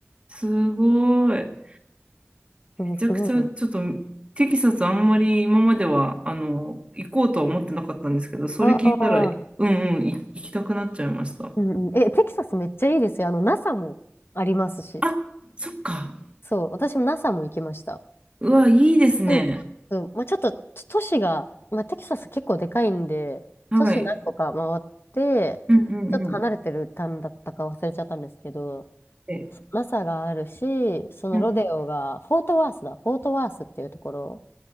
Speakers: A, on the right; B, on the left.
A: すごい。め
B: そうすごい。
A: ちゃくちゃ、ちょっと、テキサスあんまり今までは、あの、行こうとは思ってなかったんですけど、それ聞いたら、
B: ああ、
A: うんうん、い行きたくなっちゃいました。
B: うんうん。え、テキサスめっちゃいいですよ。あの、NASA もありますし。
A: あ、そっか。
B: そう、私も NASA も行きました。
A: うわ、いいですね。
B: うん。そう、まあ、ちょっと都都市が、まあ、テキサス結構でかいんで、
A: はい。
B: 都市何個か回って、
A: うんうんうん。
B: ちょっと離れてる単だったか忘れちゃったんですけど、
A: え、
B: NASA があるし、そのロデオが、
A: うん、
B: フォートワースだ、フォートワースっていうところ